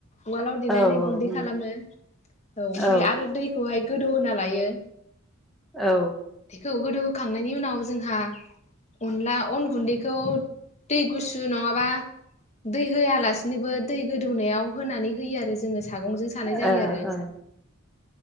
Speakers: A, on the left (about 30°); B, in the centre.
A: उवालाव देनानै
B: औ औ
A: गुन्दै
B: नंगौ
A: खालामो औ ओमफाय
B: औ
A: आरो दैखौहाय गोदौ होना लायो।
B: औ
A: खौ गोदौहोखांनायनि उनाव जोंहा अनला अन गुन्दैखौ दै गुसु नङाबा दै होआला नैबो दै गोद दौनायाव होनानै होयो आरो जोङो सागंजों सानाय जायो
B: औ औ
A: आरो
B: नंगौ